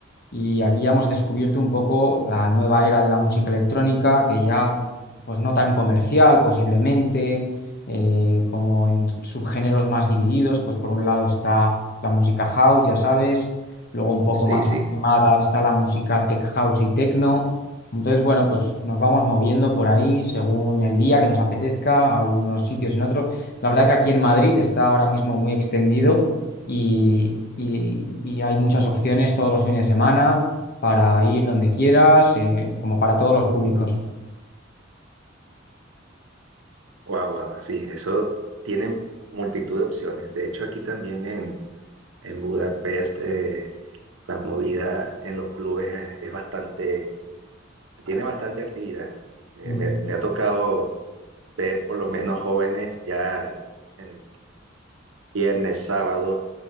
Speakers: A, on the left; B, on the right.
A: Y aquí ya hemos descubierto un poco la nueva era de la música electrónica, que ya, pues no tan comercial posiblemente, eh, como en subgéneros más divididos, pues por un lado está la música house, ya sabes, luego un poco
B: Sí,
A: más
B: sí,
A: animada está la música tech house y techno. Entonces, bueno, pues nos vamos moviendo por ahí según el día que nos apetezca, a unos sitios en otros. La verdad que aquí en Madrid está ahora mismo muy extendido y, y- y hay muchas opciones todos los fines de semana para ir donde quieras, eh, como para todos los públicos.
B: wow, wow, sí, eso tiene multitud de opciones. De hecho, aquí también en, en Budapest eh, la movida en los clubes es, es bastante tiene bastante actividad. Me,
A: Mm.
B: me- me ha tocado ver por lo menos jóvenes ya en viernes, sábado,